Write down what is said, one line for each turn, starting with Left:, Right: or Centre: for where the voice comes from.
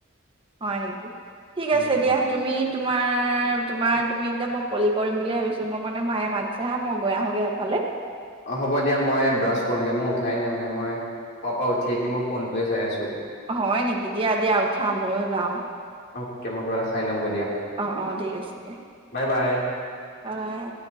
Right: হয় নেকি ঠিক
Left: উম
Right: আছে দিয়া তুমি তোমাৰ তোমাৰ তুমিতিয়া। কলি কৰিম বুলি ভাবিছো মোৰ মানে মায়ে মাতিছে হা মই গৈ আহোঁগৈ এফালে।
Left: অ হ'ব দিয়া মই ব্ৰাছ কৰোগে মই উঠাই নাই মানে মই শোৱাৰ পৰা উঠি আহিয়ে মই ফোনটোয়ে চাই আছো।
Right: হয় নেকি দিয়া দিয়া উঠা ময়ো যাওঁ।
Left: অকে মই কিবা এটা খাই লওঁ গৈ দিয়া।
Right: অ অ ঠিক আছে দিয়া
Left: বা বাই
Right: বাবাই।